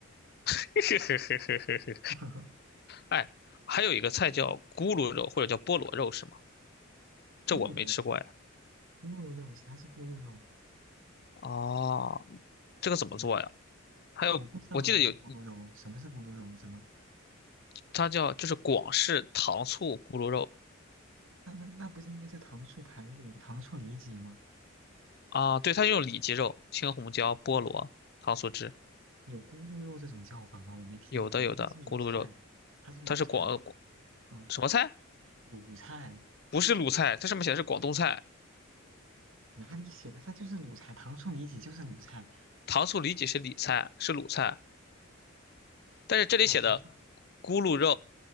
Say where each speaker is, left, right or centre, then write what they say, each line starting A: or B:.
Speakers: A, on the left; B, on the right.
A: <laughs> 嘿嘿嘿嘿嘿嘿
B: <laughs>
A: 哎，还有一个菜叫咕噜肉或者叫菠萝肉是吗？这我没吃过呀。
B: 咕噜肉，咕噜肉，啥是咕噜肉？
A: 哦，这个怎么做呀？
B: 嗯，
A: 还有，
B: 我不知道什么是咕噜肉，
A: 我记得有
B: 什么是咕噜肉？怎么？
A: 它叫就是广式糖醋咕噜肉，
B: 那那那不是应该叫糖醋排骨、糖醋里脊吗？
A: 啊，对，它用里脊肉、青红椒、菠萝、
B: 哦，
A: 糖醋汁，
B: 有咕噜肉这种叫法吗？我没听过，
A: 有的有的咕噜肉，
B: 它是卤菜，它是卤菜，
A: 它是广呃广
B: 嗯，
A: 什么菜？
B: 卤菜
A: 不是鲁菜，它上面写的是广东菜，
B: 哪里写的？它就是卤菜，糖醋里脊就是卤菜。
A: 糖醋里脊是里菜，是鲁菜，但是这里写的
B: 那糖醋，
A: 咕噜肉